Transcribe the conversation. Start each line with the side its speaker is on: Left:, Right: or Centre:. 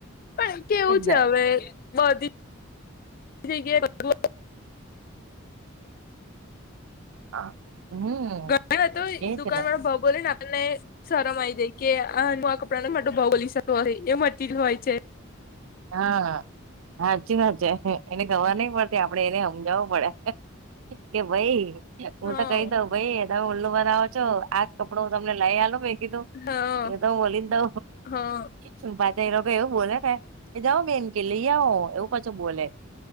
Left: પણ કેવું છે
Right: ને
Left: હવે બધી જ જગ્યાએ બધું
Right: હમ
Left: ઘણાં તો
Right: એજ
Left: દુકાનવાળો
Right: ને
Left: ભાવ બોલે ને આ ણને શરમ આઈ જાય કે આ હું આ કપડાંનો આ ભાવ બોલી શકતો હોય એ મટીરિયલ હોય છે.
Right: હા હાચી વાત છે એને ખબર નઈ પડતી આપડે એને હમજાવું પડે. કે ભઈ હું
Left: હા
Right: તો કહી દઉ ભઈ આ તમ ઉલ્લુ બનાવો છો આજ કપડો હું તમને લઈ આલુ મેં કીધું
Left: હા
Right: એ તો હું બોલી જ દઉ
Left: હા
Right: હું પાછા એ લોકો એવું બોલેને એ જાઓ બેન કે લઈ આવો એવું પાછું બોલે.